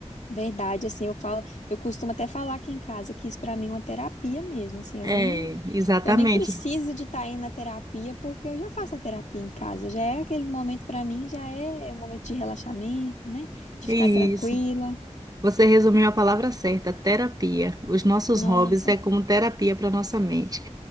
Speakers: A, on the left; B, on the right.
A: Verdade, assim, eu falo, eu costumo até falar aqui em casa que isso para mim é uma terapia mesmo, assim, eu
B: É,
A: nem
B: exatamente.
A: Eu nem preciso de estar aí na terapia, porque eu já faço a terapia em casa. Já é aquele momento para mim, já é um momento de relaxamento, né? De
B: Isso.
A: ficar tranquila.
B: Você resumiu a palavra certa, terapia. Os nossos
A: Nossa.
B: hobbies é como terapia para nossa mente.